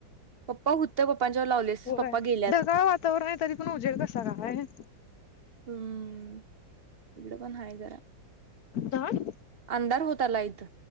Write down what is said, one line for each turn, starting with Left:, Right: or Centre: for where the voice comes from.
Right: पप्पा होतं पप्पांच्यावर लावलेस
Left: होय
Right: पप्पा गेल्यात
Left: ढगाळ वातावरण आहे तरी पण उजेड कसा काय
Right: हम्म इकड पण हाय जरा.
Left: तर.
Right: अंधार होत आलाय इथं